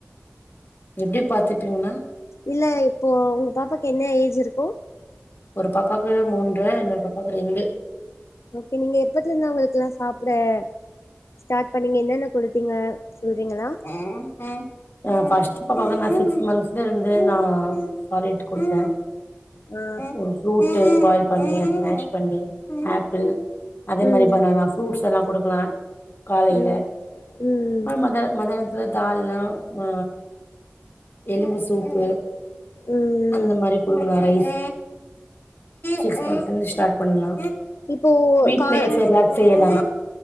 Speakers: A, on the left; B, on the left.
A: எப்டி பாத்துப்பீங்னா
B: இல்ல இப்போ உங் பாப்பாக்கு என்ன ஏஜ் இருக்கு
A: ஒரு பாப்பாக்கு மூன்ற இன்னொரு பாப்பாக்கு ரெண்டு
B: ஓகே நீங்க எப்பத்லுந்து அவங்ளுக்கெல்லா சாப்புட ஸ்டாட் பண்ணீங்க என்னன்னக் கொடுத்தீங்க சொல்றீங்களா
A: ம் அ ஃபஸ்ட் போனோனே நா சிக்ஸ் மந்த்ஸ்லருந்து நா சாலிட் குடுத்த
B: ஆ
A: ஒரு ஃப்ரூட்டு பாயில் பண்ணி அத மேஷ் பண்ணி ஆ ப்பிள் அதே
B: ம்
A: மாரி பனானா ஃப்ரூட்ஸல்லா குடுக்லா காலைல
B: ம் ம் ம்
A: அ மத மதான்துல தாலும் ம எலும்பு சூப்பு
B: ம்
A: அந்த மாரி குடுக்கலா ரைஸ் ஸிக்ஸ் மந்த்ல ஸ்டாட் பண்லா
B: இப்போ
A: வீட்லயே
B: கா
A: சேர்லாக் செய்யலா